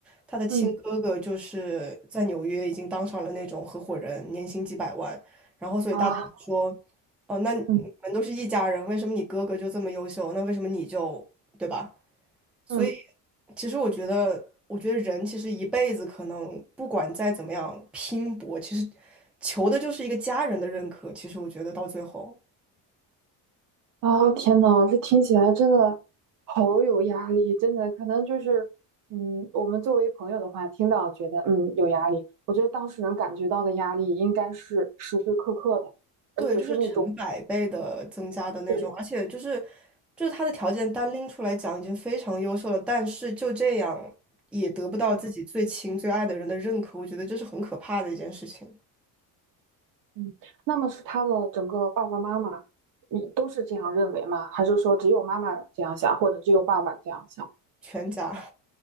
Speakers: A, in the centre; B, on the right.
A: 他的亲哥哥就是在纽约已经当上了那种合伙人，
B: 嗯
A: 年薪几百万。然后所以大家就说，
B: 啊，
A: 哦，那你们都是一家人，
B: 嗯
A: 为什么你哥哥就这么优秀？那为什么你就，对吧？所以，
B: 嗯，
A: 其实我觉得，我觉得人其实一辈子可能不管再怎么样拼搏，其实求的就是一个家人的认可。其实我觉得到最后，
B: 啊，天呐，这听起来真的好有压力，真的可能就是，嗯，我们作为朋友的话，听到觉得嗯有压力，我觉得当事人感觉到的压力应该是时时刻刻的，
A: 对，
B: 而且是那种
A: 就是成百倍的增加的那种，
B: 对，
A: 而且就是就是他的条件单拎出来讲已经非常优秀了，但是就这样也得不到自己最亲最爱的人的认可，
B: 嗯
A: 我觉得这是很可怕的一件事情，
B: 嗯，那么是他的整个爸爸妈妈，你都是这样认为吗？还是说只有妈妈这样想，或者只有爸爸这样想？
A: 全家。